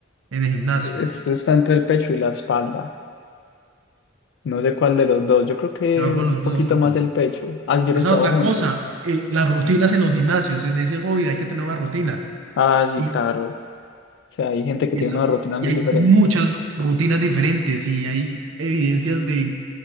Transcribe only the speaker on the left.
Esto está entre el pecho y la espalda. No sé cuál de los dos. Yo creo que
un
poquito
más el pecho. Ah, yo
los trabajo
juntos.
Ah, sí,
claro. O sea, hay gente que
tiene unas rutinas
muy
diferentes.